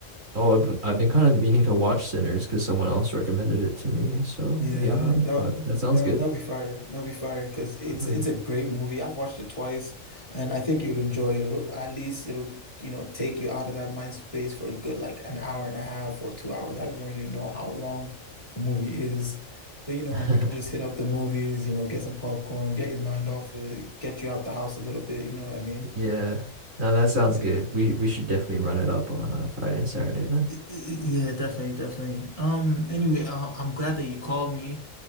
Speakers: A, on the right (about 75°); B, on the left (about 25°).
A: Oh, I've been, I've been kind of meaning to watch Sinners because someone else recommended it to me. So,
B: Yeah,
A: yeah, I'm,
B: that
A: uh, that sounds
B: that
A: good.
B: that'll be fire. That'll be fire because it's
A: Mhm.
B: it's a great movie. I've watched it twice, and I think you'd enjoy it. It'll- at least it'll you know take you out of that mind space for a good like an hour and a half or two hours. I don't really know how long the movie is, but you know
A: <laughs>
B: we can just hit up the movies. You know, get some popcorn, get your mind off it, get you out the house a little bit. You know what I mean?
A: Yeah, no, that sounds
B: Yeah.
A: good. We we should definitely run it up on uh, Friday and Saturday then.
B: Yeah, definitely, definitely. Um, anyway, uh, I'm glad that you called me.